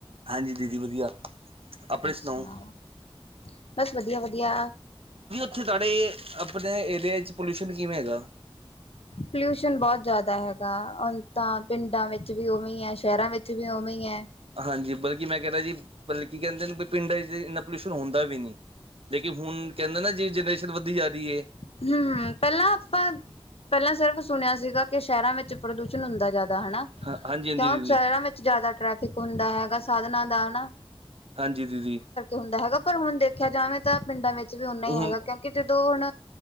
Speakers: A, on the right; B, on the left.
A: ਹਾਂਜੀ ਦੀਦੀ ਵਧੀਆ ਆਪਣੇ
B: ਅੱਛਾ
A: ਸੁਣਾਓ
B: ਬਸ ਵਧੀਆ ਵਧੀਆ
A: ਇੱਥੇ ਤੁਹਾਡੇ ਆਪਣੇ ਏਰੀਏ 'ਚ ਪੋਲਿਊਸ਼ਨ ਕਿਵੇਂ ਹੈਗਾ
B: ਪੋਲਿਊਸ਼ਨ ਬਹੁਤ ਜ਼ਿਆਦਾ ਹੈਗਾ ਤਾਂ ਪਿੰਡਾਂ ਵਿੱਚ ਵੀ ਉਵੇਂ ਹੈ ਸ਼ਹਿਰਾਂ ਵਿੱਚ ਵੀ ਉਵੇਂ ਹੀ ਹੈ
A: ਹਾਂਜੀ ਬਲਕਿ ਮੈਂ ਕਹਿ ਰਿਹਾ ਜੀ ਬਲਕਿ ਕਹਿੰਦੇ ਨੇ ਵੀ ਪਿੰਡਾਂ ਚ ਇੰਨਾ ਪੋਲਿਊਸ਼ਨ ਹੁੰਦਾ ਵੀ ਨਹੀਂ ਲੇਕਿਨ ਹੁਣ ਕਹਿੰਦੇ ਨਾ, ਜੇ ਜਨਰੇਸ਼ਨ ਵਧਦੀ ਜਾ ਰੀ ਏ।
B: ਹੂੰ, ਹੂੰ ਪ੍ਹੈਲਾਂ ਆਪਾਂ, ਪ੍ਹੈਲਾਂ ਸਿਰਫ ਸੁਨੇਆਂ ਸੀਗਾ ਕਿ ਸ਼ਐਰਾਂ ਵਿੱਚ ਪ੍ਰਦੂਸ਼ਨ ਹੁੰਦੈ। ਜਾਦਾ ਹਣਾ
A: ਹਾਂ ਹਾਂਜੀ ਹਾਂਜੀ
B: ਕਿਉਂ
A: ਦੀਦੀ
B: ਸ਼ਐਰਾਂ ਵਿੱਚ ਜਾਦਾ ਟ੍ਰੈਫਿਕ ਹੁੰਦਾ ਹੈਗਾ ਸਾਧਨਾਂ ਦਾ, ਹਣਾ।
A: ਹਾਂਜੀ ਦੀਦੀ।
B: ਹੁੰਦਾ ਹੈਗਾ ਪਰ ਹੁਣ ਦੇਖਿਆ ਜਾਵੇ ਤਾਂ ਪਿੰਡਾਂ ਵਿੱਚ ਵੀ ਓਨਾ
A: ਹੁਣ
B: ਹੀ ਹੈਗਾ ਕਿਉਂਕਿ ਜਦੋਂ ਹੁਣ